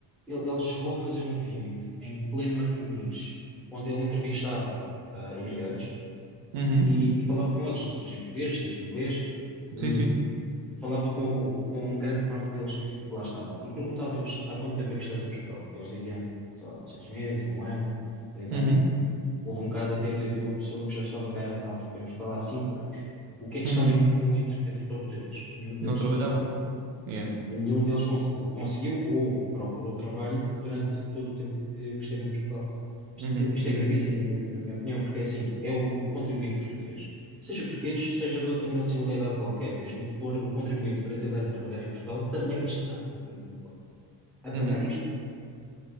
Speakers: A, in the centre; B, on the right (about 85°).
A: ele, ele chegou a fazer um vídeo em pleno Martim Moniz, onde ele entrevistava ah, imigrantes
B: Uhum.
A: e, e falava com eles, seja em português, seja em inglês. Hum,
B: Sim, sim.
A: falava com, com grande parte deles que, que lá estavam e perguntava-lhes há quanto tempo é que estás em Portugal? E eles diziam, sei lá, seis meses, um ano, dois anos.
B: Uhum,
A: Houve um caso até de, de uma pessoa que já estava cá há- há- em Portugal há cinco anos. O que é que
B: uhum.
A: estava em comum entre, entre todos eles? Nenhum deles
B: Não trabalhavam.
A: trabalhava
B: Yeah.
A: e nenhum deles cons- conseguiu ou procurou trabalho durante todo o tempo que, que esteve em Portugal. Isto,
B: Uhum,
A: isto
B: uhum,
A: é gravíssimo, na minha, na minha opinião, porque é assim, é o, o contribuinte português, seja português, seja de outra nacionalidade qualquer, mesmo que for um contribuinte brasileiro a trabalhar em Portugal, também está com os seus impostos a pagar
B: uhum.
A: isto.